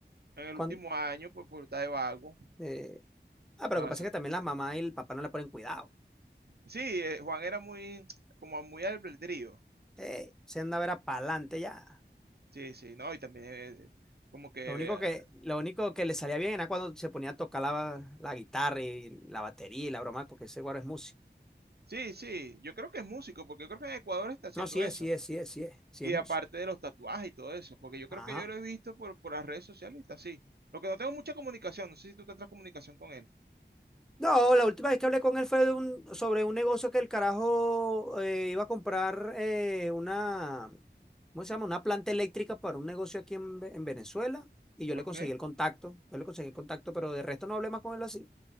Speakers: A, on the right (about 60°); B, in the centre.
A: en el
B: Con,
A: último año pues por estar de vago.
B: eh, Ah, pero
A: Ah,
B: lo que
A: eso.
B: pasa es que también la mamá y el papá no le ponen cuidado.
A: Sí, eh, Juan era muy, como muy albedrío.
B: Eh, se andaba era para adelante ya.
A: Sí, sí, no, y también eh, como que
B: Lo único
A: eh,
B: que, lo único que le salía bien era cuando se ponía a tocar la, la guitarra y la batería y la broma, porque ese guaro es músico.
A: Sí, sí, yo creo que es músico, porque yo creo que en Ecuador está haciendo
B: No, sí
A: eso.
B: es, sí es, sí es, sí es, sí
A: Y
B: es músico.
A: aparte de los tatuajes y todo eso, porque yo creo
B: Ajá.
A: que yo lo he visto por, por las redes sociales y está así. Lo que no tengo mucha comunicación, no sé si tú tendrás comunicación con él.
B: No, la última vez que hablé con él fue de un, sobre un negocio que el carajo eh, iba a comprar eh, una, ¿cómo se llama? Una planta eléctrica para un negocio aquí en, Ve- en Venezuela y yo
A: Ok,
B: le conseguí el contacto, yo le conseguí el contacto, pero de resto no hablé más con él así.